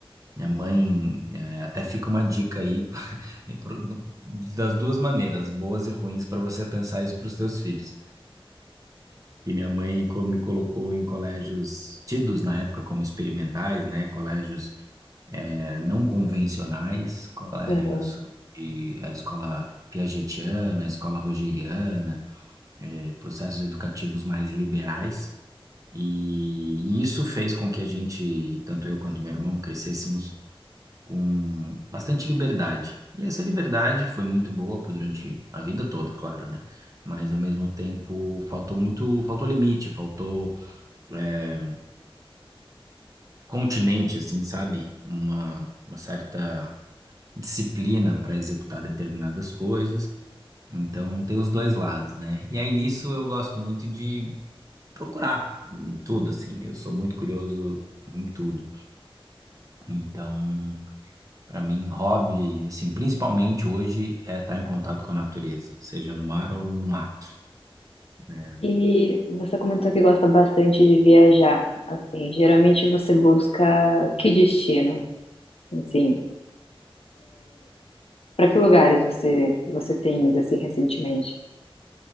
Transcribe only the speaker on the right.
Minha mãe, é, até fica uma dica aí <laughs> e pro- do- das duas maneiras, boas e ruins, para você pensar isso para os seus filhos. E minha mãe co- me colocou em colégios tidos na época como experimentais, né? Colégios eh, não convencionais, colégios
de a escola piagetiana, a escola rogeriana, eh, processos educativos mais liberais. E, e isso fez com que a gente, tanto eu quanto meu irmão, crescêssemos com bastante liberdade. E essa liberdade foi muito boa por- durante a vida toda, claro, né? Mas ao mesmo tempo faltou muito, faltou limite, faltou é, continente, assim, sabe? Uma, uma certa disciplina para executar determinadas coisas. Então, tem os dois lados, né? E aí nisso eu gosto muito de procurar em tudo, assim. Eu sou muito curioso em tudo. Então, para mim, hobby, assim, principalmente hoje, é estar em contato com a natureza, seja no mar ou no mato, né?